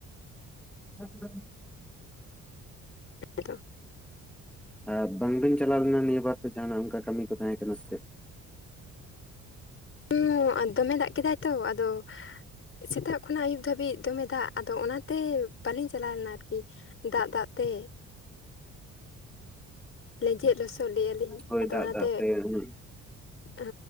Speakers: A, in the centre; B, on the left (about 45°).
A: <unintelligible>
B: <unintelligible>
A: ᱟ ᱵᱟᱝ ᱵᱤᱱ ᱪᱟᱞᱟᱣ ᱞᱮᱱᱟ ᱱᱤᱭᱟᱹ ᱵᱟᱨ ᱫᱚ ᱡᱟᱦᱱᱟᱜ ᱚᱱᱠᱟ ᱠᱟᱹᱢᱤ ᱠᱚ ᱛᱟᱦᱮᱸ ᱠᱟᱱᱟ ᱥᱮᱪᱮᱫ?
B: ᱦ ᱟᱫᱚ ᱫᱚᱢᱮ ᱫᱟᱜ ᱠᱮᱫᱟᱭ ᱛᱚ ᱟᱫᱚ ᱥᱮᱛᱟᱜ ᱠᱷᱚᱱᱟᱜ ᱟᱹᱭᱩᱵ ᱫᱷᱟᱹᱵᱤᱡ ᱫᱚᱢᱮ ᱫᱟᱜ ᱟᱫᱚ ᱚᱱᱟᱛᱮ ᱵᱟᱹᱞᱤᱧ ᱪᱟᱞᱟᱣ ᱞᱮᱱᱟ ᱟᱨᱠᱤ ᱾ ᱫᱟᱜ ᱫᱟᱜ ᱛᱮ ᱾ ᱞᱮᱸᱡᱮᱫ ᱞᱚᱥᱚᱫ ᱞᱮᱼᱟ ᱞᱤᱧ
A: ᱦᱳᱭ
B: ᱟᱫᱚ
A: ᱫᱟᱜ
B: ᱚᱱᱟᱛᱮ,
A: ᱫᱟᱜ ᱛᱮ ᱩᱱᱟᱹᱜ
B: ᱚ